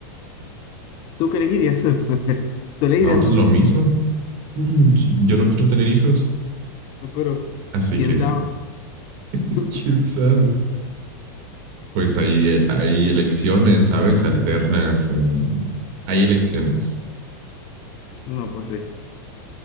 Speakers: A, on the left; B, on the right.
A: ¿Tú qué elegirías? <laughs> ¿Tú elegirías
B: No, pues
A: lo mismo?
B: lo mismo. <clears throat> Yo no quiero tener hijos,
A: No, pero
B: así
A: quién
B: que
A: sabe.
B: sí. <laughs>
A: <laughs>
B: ¿Quién sabe? Pues hay, hay elecciones, ¿sabes? Alternas. em, hay elecciones.
A: No, pues sí.